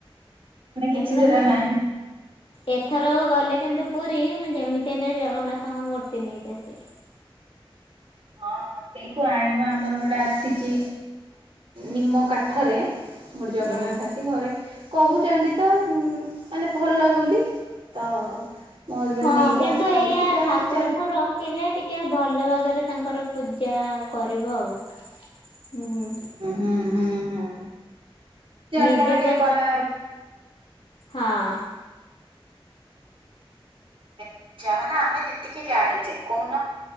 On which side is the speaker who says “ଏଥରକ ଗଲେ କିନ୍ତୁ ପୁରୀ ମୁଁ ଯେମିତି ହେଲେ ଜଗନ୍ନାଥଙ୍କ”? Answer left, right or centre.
Left